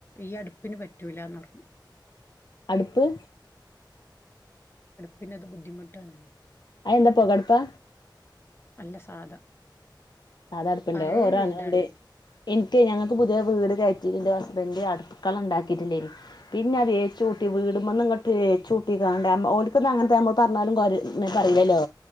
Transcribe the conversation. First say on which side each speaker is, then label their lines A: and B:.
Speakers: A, on the left (about 30°); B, on the left (about 65°).
A: ഈ അടുപ്പിന് പറ്റൂല്ലന്ന് പറഞ്ഞു
B: അടുപ്പ്
A: പിന്നെ അത് ബുദ്ധിമുട്ടാണ്
B: എന്താ പൊ കടപ്പാ
A: അല്ല സാധാ
B: സാധ അടുപ്പുണ്ടോ
A: പഴയ
B: ഓരോ
A: വീടാണ്.
B: അണ്ണ്ട് എനിക്ക് ഞങ്ങൾക്ക് പുതിയ വീട് കയറ്റിട്ട് എന്റെ ഹസ്ബൻഡ് അടുക്കള ഉണ്ടാക്കിട്ടില്ലായിരുന്നു പിന്നെ അത്ഏച്ച്കൂട്ടി വീടുമ്പന്ന് ഇങ്ങട്ട് ഏച്ച്ചൂട്ടിക്കാണ്ട ഓനക്കന്ന് അങ്ങനത്തെ നമ്മളോട് പറഞ്ഞാലും <unintelligible> പറയില്ലല്ലോ